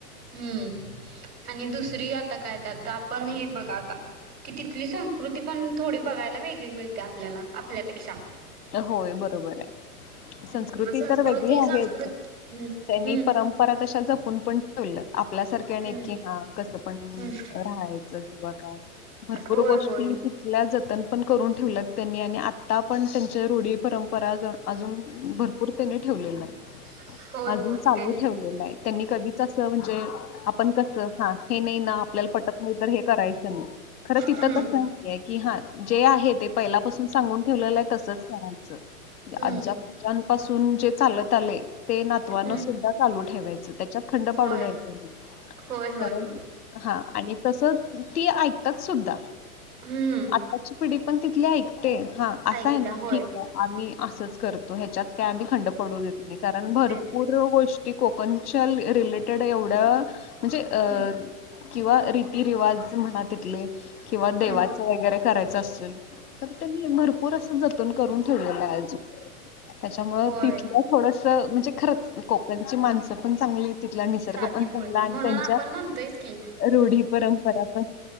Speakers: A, on the right; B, on the left.
A: हम्म आणि दुसरी आता काय त्या आपण हे बघा आता. की तिथली संस्कृती पण थोडी बघायला वेगळी मिळते आपल्याला आपल्यापेक्षा
B: होय बरोबर आहे.
A: हम्म
B: संस्कृती
A: मग संस्कृती
B: तर वेगळी आहेच
A: संस्कृत हम्म
B: त्यांनी
A: हम्म
B: परं परत अशा जपून पण ठेवल्या. आपल्यासारख्या नाही
A: हम्म
B: की, हा कसं पण
A: हम्म
B: राहायचं किंवा काय. भरपूर
A: होय
B: गोष्टी
A: होय
B: तिथल्या जतन पण करून ठेवल्या त्यांनी आणि आता पण रूढी परंपरा अजून भरपूर त्याने ठेवलेल आहे.
A: <inaudible>
B: अजून चालू
A: त्यां
B: ठेवलेलं आहे. त्यांनी कधीच असं म्हणजे. आपण कस हा हे नाही ना आपल्याला पटत नाही तर हे करायचं ना खरं तिथं
A: हम्म
B: तसं नाही की हा जे आहे. ते पहिल्यापासून सांगून ठेवलेलं आहे. तसच करायचं ते
A: हम्म
B: आजाप ज्या पासून जे चालत आले ते नातवानं
A: हम्म
B: सुद्धा चालू ठेवायचं त्याच्यात खंड
A: होय
B: पाडू द्यायचं नाही
A: होय होय
B: कारण
A: होय
B: हा आणि तस ती ऐकतात सुद्धा
A: हम्म
B: आताची पिढी पण तिथली ऐकत ते हा असा
A: ऐकता
B: आहे ना.
A: होय
B: ठीक आम्ही असच करतो ह्याच्यात का आम्ही खंड पडू देत नाही कारण भरपूर
A: देत नाही
B: गोष्टी. कोकणच्या रिलेटेड एवढ्या म्हणजे अ.
A: हम्म
B: किंवा रीतीरिवाज म्हणा तिथले किंवा देवाच.
A: हम्म
B: वगैरे करायच असल तर त्यांनी भरपूर असं जतन करून ठेवलेलं आहे अजून. त्याच्यामुंळ
A: होय
B: तिथलं थोडस म्हणजे खरंच कोकणची माणसं पण चांगली तिथला निसर्ग
A: साधी
B: पण चांगला
A: भोळी
B: आणि
A: म्हणून
B: त्यांच्या
A: आपण म्हणतोयच की
B: रूढी परंपरा पण